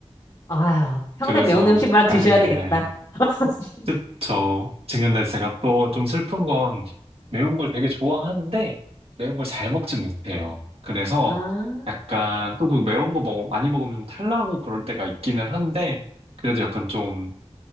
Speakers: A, on the left (about 30°); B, on the right (about 60°).
A: 아유, 평생
B: 그래서,
A: 매운 음식만 드셔야
B: 에
A: 되겠다. <laughs>
B: 그쵸. 근데 제가 또 좀 슬픈 건 매운 걸 되게 좋아하는데 매운 걸 잘 먹지 못해요. 그래서
A: 아,
B: 약간 또 그 매운 거 먹, 많이 먹으면 좀 탈나고 그럴 때가 있기는 한데 그래도 약간 좀